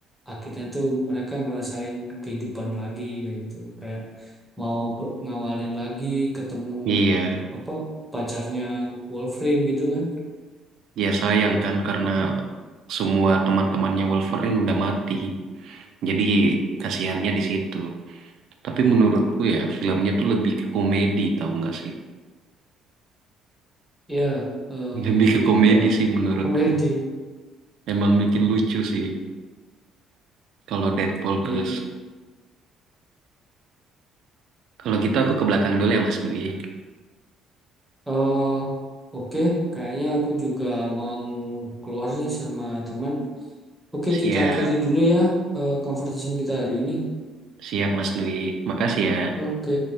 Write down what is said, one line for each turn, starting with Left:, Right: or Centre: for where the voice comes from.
Centre: akhirnya tuh mereka ngerasain kehidupan lagi kayak gitu kayak mau be- ngawalin lagi ketemu
Right: Iya.
Centre: apa pacarnya Wolverine gitu kan
Right: Ya sayang kan karena semua teman-temannya Wolverine udah mati. Jadi kasihannya di situ. Tapi menurutku ya filmnya tuh lebih ke komedi tahu nggak sih?
Centre: ya eh,
Right: Lebih
Centre: lebih
Right: ke komedi
Centre: ke
Right: sih menurutku.
Centre: komedi
Right: Emang bikin lucu sih kalau Deadpool
Centre: iya
Right: terus. Kalau gitu aku ke belakang dulu ya Mas Dwi.
Centre: eh oke kayaknya aku juga mau keluar nih sama teman oke
Right: Siap,
Centre: kita akhiri dulu ya eh, conversation kita hari ini
Right: siap Mas Dwi. Makasih ya.
Centre: oke